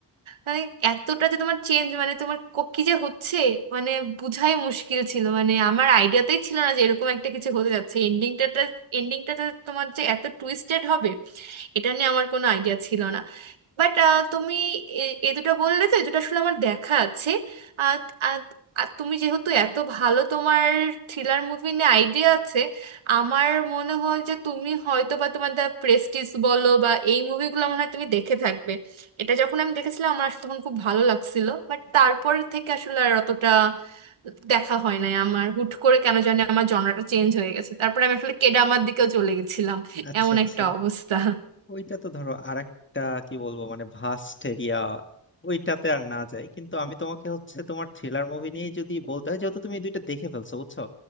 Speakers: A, on the right; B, on the left.
A: মানে এতটা যে তোমার চেঞ্জ মানে তোমার ক- কি যে হচ্ছে মানে বুঝাই মুশকিল ছিল মানে আমার আইডিয়াতেই ছিল না যে এরকম একটা কিছু হতে যাচ্ছে এন্ডিংটাতে এন্ডিংটাতে তোমার যে এত টুইস্টেড হবে এটা নিয়ে আমার কোনো আইডিয়া ছিল না বাট তুমি এ এ দুটো বললে তো এ দুটো আসলে আমার দেখা আছে আর আর- আর তুমি যেহেতু এত ভালো তোমার থ্রিলার মুভি নিয়ে আইডিয়া আছে আমার মনে হয় যে তুমি হয়তো বা তোমার দ্য প্রেস্টিজ বলো বা এই মুভিগুলো মনে হয় তুমি দেখে থাকবে এটা যখন আমি দেখেছিলাম আমার আসলে তখন খুব ভালো লাগছিল বাট তারপর থেকে আসলে আর অতটা দেখা হয় নাই আমার হুট করে কেন জানি আমার জনরাটা চেঞ্জ হয়ে গেছে তারপরে আমি আসলে কেডামার দিকেও চলে গেছিলাম
B: আচ্ছা
A: এমন
B: আচ্ছা
A: একটা অবস্থা
B: ওইটা তো ধরো আরেকটা কি বলবো মানে ভাস্ট এরিয়া ওইটাতে আর না যাই কিন্তু আমি তোমাকে হচ্ছে তোমার থ্রিলার মুভি নিয়ে যদি বলতে হয় যেহেতু তুমি এই দুইটা দেখে ফেলছো বুঝছো